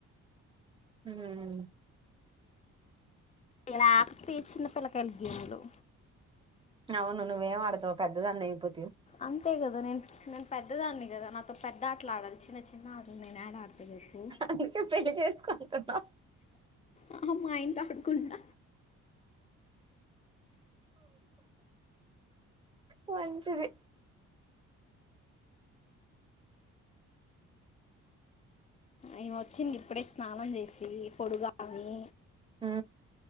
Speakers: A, on the right (about 15°); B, on the left (about 25°).
A: ఉమ్
B: ఇలాకతే చిన్నపిల్లకాయలు గేములు
A: అవును నువ్వేం ఆడతావ్ పెద్దదన్నపో
B: అంతే కదా నేను నేను పెద్దదాన్ని కదా నాతో పెద్ద ఆటలు ఆడాలి చిన్న చిన్న ఆటలు నేను యాడ ఆడతా చెప్పు.
A: అందుకే పెళ్లి చేసుకుంటున్నా
B: ఆహ మ అయ్యనతో ఆడుకుంట
A: మంచిది
B: ఏయమ వచ్చింది ఇప్పుడే స్నానం చేసి పొడుగానమే
A: ఉ